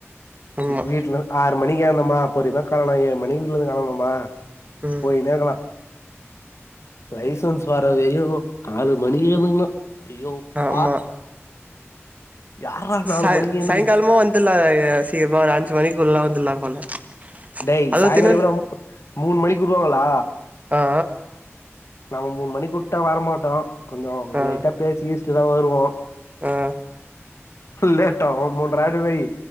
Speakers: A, on the right; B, on the left.
A: ஆமா
B: வீட்லர்ந் ஆறு மணிக்கேர்னமா பொருமயா காலணா ஏழு மணிக்கு வீட்லந்து கெளம்பனமா
A: ம்
B: போய்கினேக்கலா லைசன்ஸ் வர வெயு நாலு மணிக்கு எழுந்துகனு ஐயோ ப்பா
A: ஆமா
B: யார்றா நாலு
A: சாய
B: மணிக்கு எழுந்துக்கறது
A: சாய்ங்காலமு வந்துடலா சீக்கிரமா ஒரு அஞ்சு மணிக்கு உள்ள வந்துடலா போல
B: டெய்
A: அதுவு
B: சாயங்கால
A: தின்னன்
B: எப்பர்றா மூ மூணு மணிக்கு உடுவாங்களா
A: ஆ
B: நம்ம மூணு மணிக்குட்டா வர மாட்டோ கொஞ்ச
A: ஆ
B: லைட்டா பேசு கீஸ்ட் தா வருவோ
A: ஆ
B: லேட்டாவு மூன்ற ஆயிடுன் வெய்